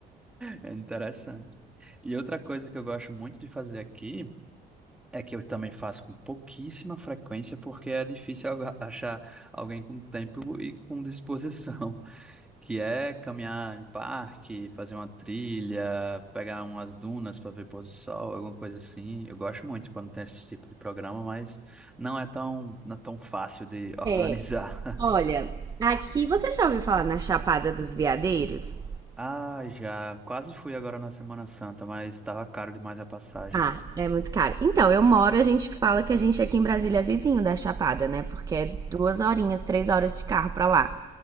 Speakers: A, in the centre; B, on the right.
A: É interessante. E outra coisa que eu gosto muito de fazer aqui. É que eu também faço com pouquíssima frequência, porque é difícil alga- <laughs> achar alguém com tempo e com disposição, <laughs> que é caminhar em parque, fazer uma trilha, pegar umas dunas para ver pôr do sol, alguma coisa assim. Eu gosto muito quando tem esse tipo de programa, mas não é tão, não é tão fácil de organizar.
B: É, olha,
A: <laughs>
B: aqui você já ouviu falar na Chapada dos Veadeiros?
A: Ah, já quase fui agora na Semana Santa, mas estava caro demais a passagem.
B: Ah, é muito caro. Então, eu moro, a gente fala que a gente aqui em Brasília é vizinho da Chapada, né? Porque é duas horinhas, três horas de carro pra lá.